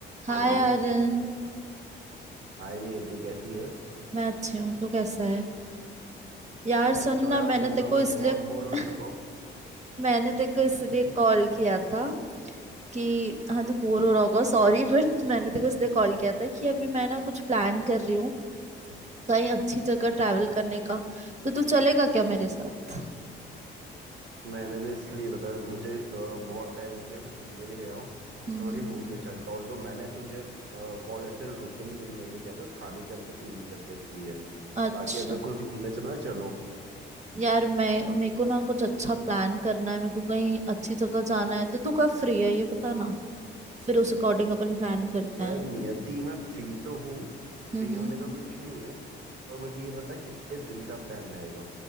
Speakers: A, on the right (about 35°); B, on the right (about 65°).
A: हाय
B: Hello
A: आर्यन
B: Hi Niyati कैसी है
A: मैं अच्छी हूँ तू कैसा है यार सुन
B: अच्छा
A: ना
B: यार
A: मैंने
B: सुनना
A: तेरे को
B: मैं
A: इसलिए
B: बहुत बोर हो
A: <laughs>
B: चुका
A: मैंने तेरे को इसलिए
B: हूँ
A: कॉल किया था कि हाँ तू बोर हो रहा होगा सॉरी बट मैंने तेरे को इसलिए कॉल किया था कि अभी मैं ना कुछ प्लान कर रही हूँ कहीं अच्छी जगह ट्रैवल करने का तो तू चलेगा क्या मेरे साथ
B: <laughs> मैंने भी इसलिए बताया मुझे अ, बहुत टाइम हो गया मैं घूमने नहीं गया हूँ
A: हम्म
B: तो अगर ये घूमने चलते ऑल्दो मैंने तुझे कॉल ऐसे लोकली मिलने के लिए किया था कुछ खाने चलते पीने चलते इसलिए
A: अच्छा
B: बाकी अगर कुछ घूमने चलना है चलो
A: यार मैं मेरे को ना कुछ अच्छा प्लान करना है मेरे को कहीं अच्छी जगह जाना है तो तू कब फ्री है ये बता ना फिर उस अकॉर्डिंग अपन प्लान करते
B: यार
A: हैं
B: नियति मैं फ्री तो हूँ
A: हम्म
B: फ्री होने का कोई इशू नहीं है पर मुझे ये बता कितने दिन का प्लान रहेगा